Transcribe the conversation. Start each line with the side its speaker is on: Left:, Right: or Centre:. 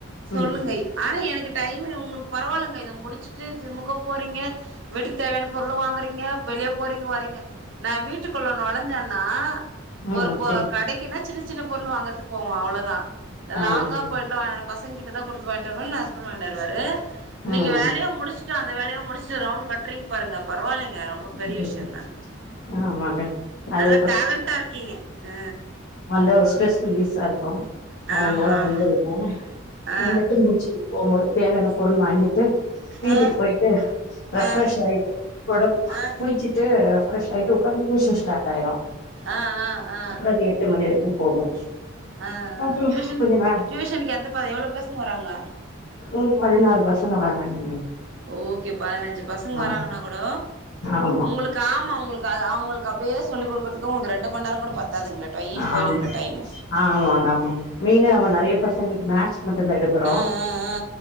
Right: சொல்லுங்கய்
Left: ம்
Right: ஆனா எனக்கு டைம் இவுங்களுக் பரவால்லங்க இத முடிச்சிட்டு ஜிம்முக்கும் போறீங்க வீட்டுக் தேவையான பொருள வாங்குறீங்க வெளிய போறீங்க வரீங்க நா வீட்டுக்குள்ள நொழஞ்சன்னா
Left: ம்
Right: ஒரு பொ
Left: சொல்லு
Right: கடைக்குன்னா சின்ன சின்ன பொருள் வாங்கறதுக்கு போவோ அவ்ளதா
Left: ஆ
Right: லாங்கா
Left: சரி
Right: போயிட்லா வாஅப் பசங்கிட்ட தா கொடுத்து வாங்கிட்டு வருவே இல்ல ஹஸ்பண்ட் வாய்ன்ட்டு வருவாரு நீங்க
Left: ம்
Right: வேலையு முடிச்ட்டு அந்த வேலயு முடிச்ட்டு ரவுண்ட் கட்றிங் பாருங்க பரவால்லைங்க ரொம்ப பெரிய
Left: ம்
Right: விஷயன்
Left: ம்
Right: தாங் ம்
Left: ஆமாங்க அது
Right: நல்ல டேலண்டா இருக்கீங்க அ
Left: மண்ட ஒரு ஸ்ட்ரெஸ் ரிலீஸா இருக்கு
Right: ஆ
Left: அதனால
Right: ஆமா ஆமா
Left: வந்துருவே
Right: ஆ
Left: வந்துட்டு முடிச்சுட்டு போம்போது தேவையான பொருள் வாங்கி ட்டு வீட்டுக்கு
Right: ஆ ஆ
Left: போயிட்டு ரெஃப்ரெஷ்
Right: ஆ
Left: ஆயிட்டு ஒடம்
Right: ஆ ஆ
Left: குளிச்சிட்டு ரெஃப்ரஷ் ஆயிட்டு உக்கார டியூஷன் ஸ்டார்ட் ஆயிரு
Right: ஆ ஆ ஆ
Left: அப்புற அது எட்டு மணி வரைக்கும் போகு
Right: ஆ ஆ
Left: அப்புற
Right: டியூஷன்
Left: கொஞ்ச நே
Right: டியூஷனுக்கு எந்த எவ்ளோ பசங்க வராங்க
Left: ஒரு பதினாறு பசங்க வராங்கங்க
Right: ஓகே பதனஞ்சு பசங்
Left: ஆ
Right: வராங்கன்னா கூட
Left: ஆமா
Right: உங்களுக்கு காம அவ்ங்ளுக்கு அ அவ்ங்களுக்கு அப்டியே சொல்லிக் குடுக்கறதுக்கு உங்களுக்கு ரெண்டு மணி நேரோகூட பத் தாதுங்களே டயின் போயிடுங்களே
Left: ஆம்
Right: டைம்மு
Left: ஆமா ஆமா மெயினா நம்ம நெறைய பசங்ளுக்கு மேக்ஸ் மட்டு தா எடுக்கறோ
Right: ஆ ஆ